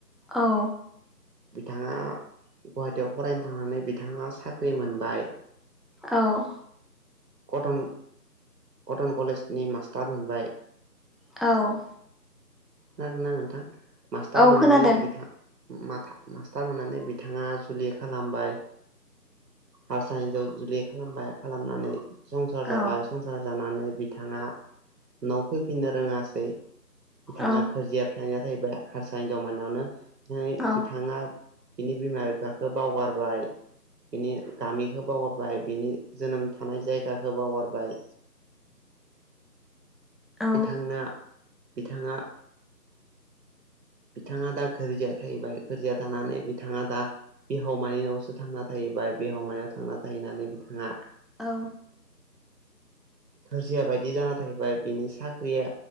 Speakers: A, in the centre; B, on the right.
A: औ
B: बिथाङा गुवाहाटियाव फरायनो थांनानै बिथाङा साख्रि मोनबाय
A: औ
B: कटन कटन कलेजनि मास्टार मोनबाय
A: औ
B: खोनादोंना नोंथां मास्टार
A: औ
B: मोननानै
A: खोनादों
B: बिथां माथा मास्टार मोननानै बिथाङा जुलि खालामबाय हारसा हिन्जाव जुलि खालामबाय खालामनानै संसार जाबाय
A: औ
B: संसार जानानै बिथाङा न'आव फैफिननो रोङासै बिथाङा
A: औ
B: गोरजिया थाहैना थाबाय हारसा हिनजाव मोननियावनो ओमफ्राय
A: औ
B: बिथाङा बिनि बिमा बिफाखौ बावगारबाय बिनि गामिखौ बावगारबाय बिनि जोनोम थानाय जायगाखौ बावगारबाय
A: औ
B: बिथांना बिथाङा बिथाङा दा गोर्जिया थाहैबाय गोर्जिया थानानै बिथाङा दा बिहावमोनियावसो थांना थाहैबाय बिहावमोनियाव थांना थाहैनानै बिथाङा
A: औ
B: गोरजिया बायदि जाना थाहैबाय बिनि साख्रिया